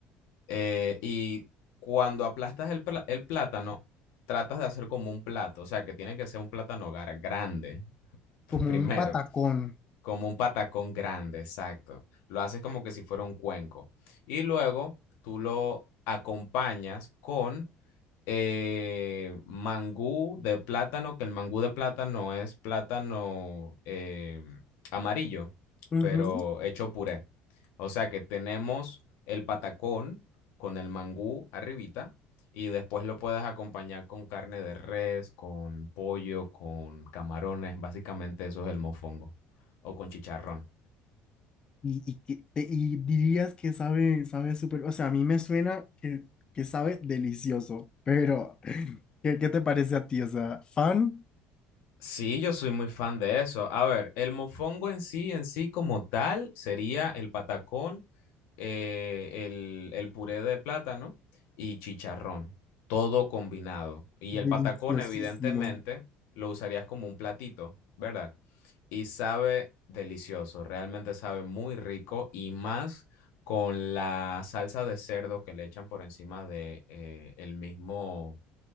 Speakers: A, on the left (about 75°); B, on the left (about 20°).
A: eh, y cuando aplastas el, pla- el plátano, tratas de hacer como un plato, o sea, que tiene que ser un plátano gar- grande
B: Como
A: <laughs> primero.
B: un patacón.
A: Como un patacón grande, exacto. Lo haces como que si fuera un cuenco. Y luego tú lo acompañas con eh, mangú de plátano, que el mangú de plátano es plátano eh, amarillo,
B: Ujú.
A: pero hecho puré. O sea que tenemos el patacón con el mangú arribita y después lo puedes acompañar con carne de res, con pollo, con camarones. Básicamente eso es el mofongo o con chicharrón.
B: Y, y, que- te- y dirías que sabe, sabe súper, o sea, a mí me suena que, que sabe delicioso, pero <laughs> ¿qué, qué te parece a ti? O sea, fan,
A: Sí, yo soy muy fan de eso. A ver, el mofongo en sí, en sí como tal, sería el patacón, eh, el, el puré de plátano y chicharrón, todo combinado. Y el
B: deliciosísimo.
A: patacón, evidentemente, lo usarías como un platito, ¿verdad? Y sabe delicioso, realmente sabe muy rico y más con la salsa de cerdo que le echan por encima de eh, el mismo